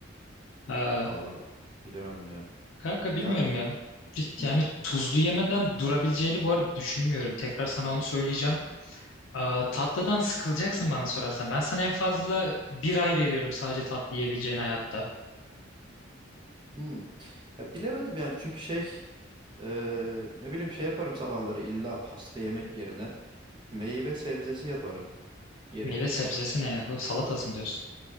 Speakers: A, on the left; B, on the right.
A: Ee,
B: Vallahi bilemedim ya.
A: kanka bilmiyorum
B: Ya
A: ya.
B: hı.
A: Yani tuzlu yemeden durabileceğini bu arada düşünmüyorum. Tekrar sana onu söyleyeceğim. Ee, tatlıdan sıkılacaksın bana sorarsan. Ben sana en fazla bir ay veriyorum sadece tatlı yiyebileceğin hayatta.
B: Hmm. Ya bilemedim yani çünkü şey eee, ne bileyim şey yaparım sabahları illa pasta yemek yerine meyve sebzesi yaparım yerim.
A: Meyve sebzesi ne yahu? Salatası mı diyorsun?